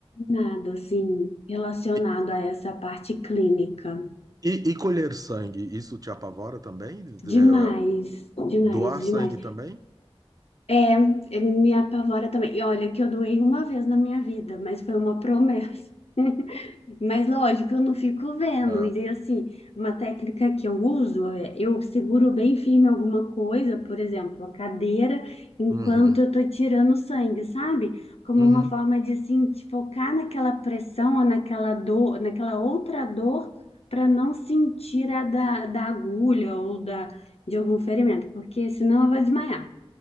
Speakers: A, on the left; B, on the right.
A: nada, assim, relacionado
B: E,
A: a essa parte clínica.
B: e- e colher sangue, isso te apavora também?
A: Demais,
B: É,
A: demais,
B: Doar
A: demais.
B: sangue também?
A: É, é, me apavora também. E olha que eu doei uma vez na minha vida, mas foi uma promessa. <laughs> Mas lógico, eu não fico vendo.
B: Ah,
A: E assim, uma técnica que eu uso é eu seguro bem firme alguma coisa, por exemplo, a cadeira, enquanto
B: uhum,
A: eu tô tirando sangue, sabe? Como
B: uhum.
A: uma forma de assim, de focar naquela pressão ou naquela dor, naquela outra dor, para não sentir a da, da agulha ou da, de algum ferimento, porque senão eu vou desmaiar.